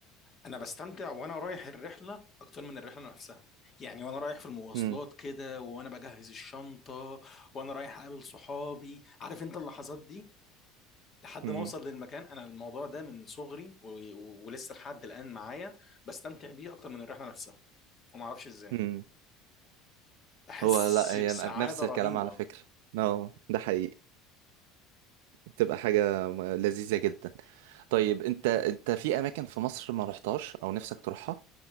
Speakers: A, on the left (about 40°); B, on the right (about 75°).
A: أنا بستمتع وأنا رايح الرحلة أكتر من الرحلة نفسها يعني وأنا رايح في المواصلات
B: امم
A: كده وأنا بجهز الشنطة وأنا رايح أقابل صحابي عارف أنت اللحظات دي لحد
B: امم
A: ما اوصل للمكان انا الموضوع ده من صغري و... و... ولسه لحد الان معايا بستمتع بيه اكتر من الرحله نفسها وما اعرفش ازاي
B: امم
A: بحس
B: هو لا هي
A: بسعاده
B: نفس الكلام
A: رهيبه
B: على فكرة نو ده حقيقي بتبقى حاجة م- لذيذة جدا طيب انت انت في اماكن في مصر ما رحتهاش او نفسك تروحها